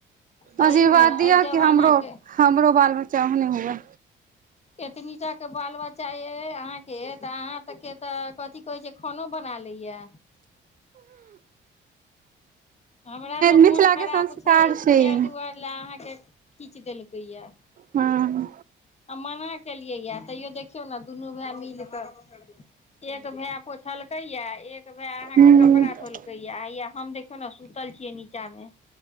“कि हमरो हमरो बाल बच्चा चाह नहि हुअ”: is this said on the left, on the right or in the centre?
Right